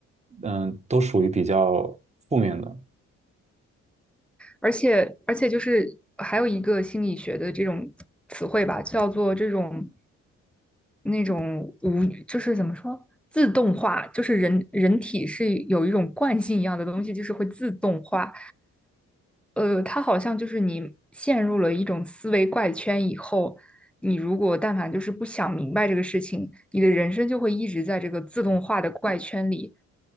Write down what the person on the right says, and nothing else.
嗯，都属于比较负面的。